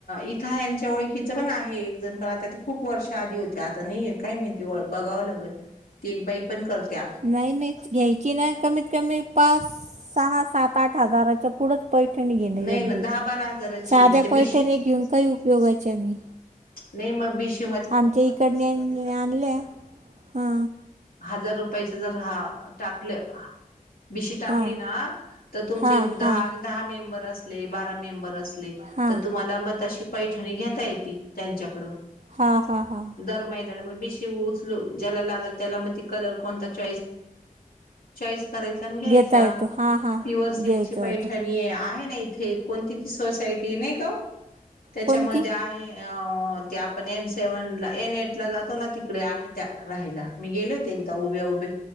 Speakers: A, on the left; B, on the right.
A: इथं यांच्या ओळखी हेच पण आहे एक जण पण आता ते खूप वर्ष आधी होते आता नाहीे काय माहिती ओळख बघाव लागल ती एक बाई पण करत
B: नाही नाही घ्यायची नाही कमीत कमी पाच सहा सात आठ हजाराच्या पुढेच पैठण घेण योग्य
A: नाही ना दहा बारा हजाराची
B: साध्या
A: मग ते बीशी
B: पैठण घेऊन काही उपयोगाच्या आणि
A: मी मग भिशी-
B: आमच्या इकडने आणले हा
A: हजार रुपयाच जर हा टाकलं बीशी टाकली
B: हां
A: ना तर तुमचे
B: हां
A: दहा
B: हां
A: दहा मेंबर असले, बारा मेंबर असले
B: हां
A: तर तुम्हाला मत तशी पैठणी घेता येते त्यांच्याकडून-
B: हा हा हा
A: महिग मग भिशी उचलू ज्याला लागल त्याला मग ते कलर कोणता चॉईस चॉईस करायचा आणि घ्यायचा
B: घेता येतो हा हा
A: प्युअर
B: घ्यायचा
A: सिल्कची पैठणी
B: येतो
A: आहे आहे ना इथे कोणती ती सोसायटी नाही का हो त्याच्यामध्ये
B: कोणती
A: आहे ते आपण एन सेव्हन ला एन एट ला जातो ना तिकडे आहे त्या राहायला मी गेलो होते एकदा उभे उभे